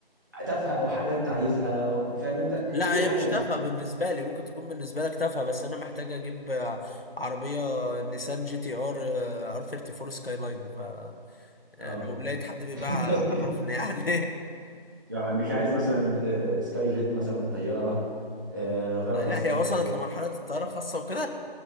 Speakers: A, on the right (about 20°); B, on the left (about 70°).
A: تافهه او حاجه انت عايزها فاهم انت ايه
B: لا
A: الحاجه
B: هي مش
A: اللي
B: تافهة
A: هتشتريها
B: بالنسبة لي ممكن تكون بالنسبة لك تافهة بس انا محتاج اجيب آه، عربية نيسان جي تي ار آه، ار 34 سكاي لاين ف آه،
A: اه
B: لو لقيت حد بيبيعها
A: <laughs>
B: عرفني يعني
A: يعني مش عايز مثلا آه، سكاي جيت مثلا طياره آه،
B: <laughs>
A: طياره
B: لا
A: خاصه
B: هي وصلت
A: آه،
B: لمرحلة الطيارة خاصة وكده